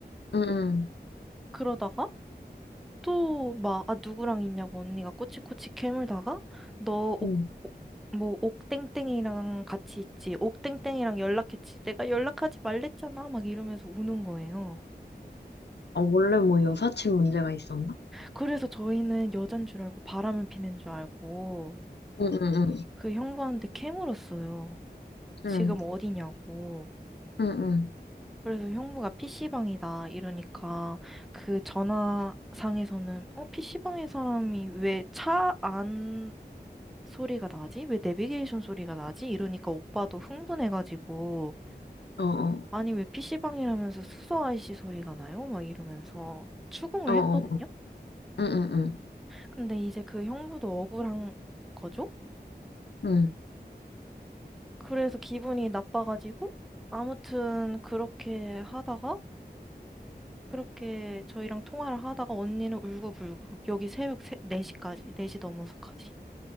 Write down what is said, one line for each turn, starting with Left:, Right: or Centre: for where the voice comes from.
Left: 응, 응.
Centre: 그러다가, 또 막, 아, 누구랑 있냐고 언니가 꼬치꼬치 캐물다가 너 옥,
Left: 응
Centre: 옥- 뭐 옥땡땡이랑 같이 있지. 옥땡땡이랑 연락했지. 내가 연락하지 말랬잖아. 막 이러면서 우는 거예요.
Left: 아, 원래 뭐 여사친 문제가 있었나?
Centre: 그래서 저희는 여잔 줄 알고 바람을 피는 줄 알고
Left: 응, 응,
Centre: 그 형부한테 캐물었어요.
Left: 응,
Centre: 지금 어디냐고.
Left: 응, 응, 응,
Centre: 그래서 형부가 PC방이다 이러니까 그 전화상에서는 어 PC방에 사람이 왜차안 소리가 나지? 왜 내비게이션 소리가 나지? 이러니까 오빠도 흥분해가지고,
Left: 어, 어,
Centre: 아니, 왜 PC방이라면서 수소 아이씨 소리가 나요? 막 이러면서 추궁을
Left: 어, 어,
Centre: 했거든요?
Left: 응, 응, 응,
Centre: 근데 이제 그 형부도 억울한 거죠?
Left: 응,
Centre: 그래서 기분이 나빠가지고, 아무튼 그렇게 하다가, 그렇게 저희랑 통화를 하다가 언니는 울고불고, 여기 새벽 4시까지, 4시 넘어서까지.